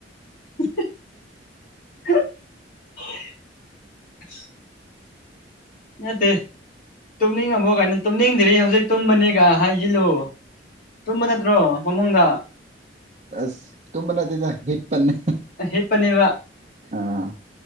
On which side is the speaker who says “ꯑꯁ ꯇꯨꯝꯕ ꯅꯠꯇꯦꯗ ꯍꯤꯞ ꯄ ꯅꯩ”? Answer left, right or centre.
Right